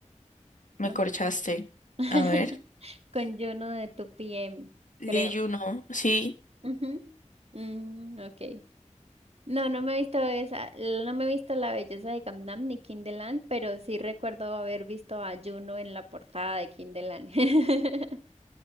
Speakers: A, on the left; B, on the right.
A: Me
B: No.
A: corchaste.
B: <laughs>
A: A ver.
B: Con Juno de 2PM,
A: Lee
B: creo.
A: Juno, sí.
B: Ujú. Mm, ok. No, no me he visto esa, l- no me he visto La Belleza de Gangnam ni Kinderland, pero sí recuerdo haber visto a Juno en la portada de Kinderland. <laughs>